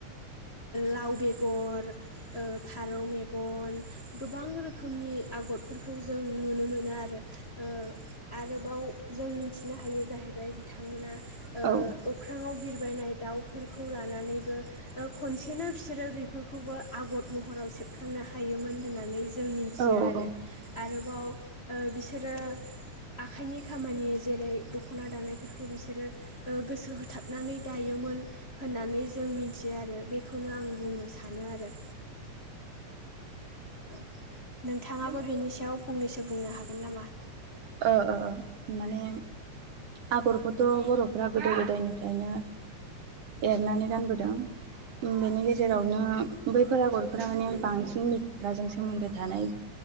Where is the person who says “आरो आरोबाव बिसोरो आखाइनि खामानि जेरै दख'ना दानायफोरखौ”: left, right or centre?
Left